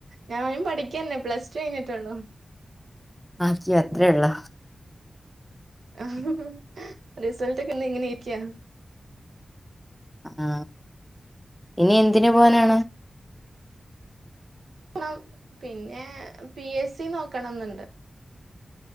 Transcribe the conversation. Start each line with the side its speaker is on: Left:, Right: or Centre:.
Right: ഞാനും പഠിക്കന്നെ പ്ലസ്ടു കഴിഞ്ഞിട്ടെള്ളു
Centre: അയ്യോ അത്രേയുള്ളോ
Right: ആഹ് റിസൾറ്റക്ക ഇന്ന ഇങ്ങനെയിരിക്കിയാ
Centre: ആഹ് ഇനി എന്തിന് പോവാനാണ്
Right: പോണം പിന്നെ പി എസ് സി നോക്കണന്നുണ്ട്